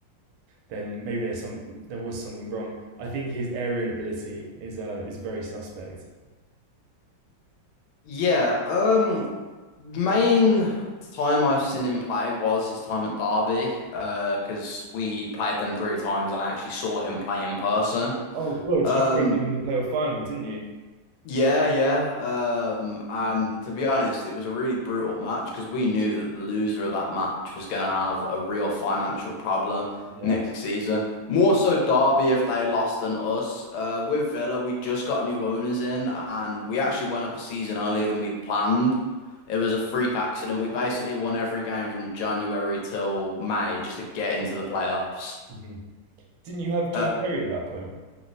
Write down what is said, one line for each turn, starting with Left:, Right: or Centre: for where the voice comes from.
Right: then maybe there's some there was something wrong. I think his aerial ability is uh is very suspect.
Left: Yeah, um, main time I've seen him play was his time at Derby, uh, because we played them three times and I actually saw him play in person.
Right: Oh God,
Left: Um,
Right: you played them in the playoff final, didn't you?
Left: Yeah, yeah. Um, and to be honest, it was a really brutal match because we knew that the loser of that match was going to have a real financial problem
Right: Yeah.
Left: next season. More so Derby if they lost than us. Uh, with Villa, we just got new owners in and we actually went up a season earlier than we'd planned. It was a freak accident. We basically won every game from January till May just to get into the playoffs.
Right: hmm Didn't you have John
Left: Uh,
Right: Terry at that point?